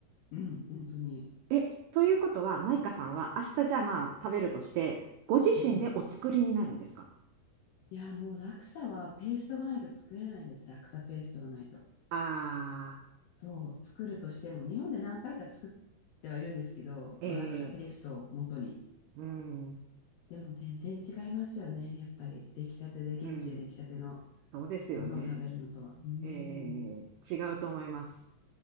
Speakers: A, on the left; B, on the right.
A: うん、本当に。
B: え、ということは、マイカさんは明日じゃあまあ食べるとして、ご自身でお作りになるんですか
A: うん。いや、もうラクサはペーストがないと作れないんです。ラクサペーストがないと。
B: あ
A: そう、作るとしても、日本で何回か作ってはいるんですけど、
B: あー、
A: まあ、
B: え
A: ラクサペーストを元に。
B: ー、うん、
A: でも全然違いますよね。やっぱり出来たてで、現地で出来たての
B: うん、そうですよね。
A: ものを食べるのとは。うん、
B: えー、違うと思います。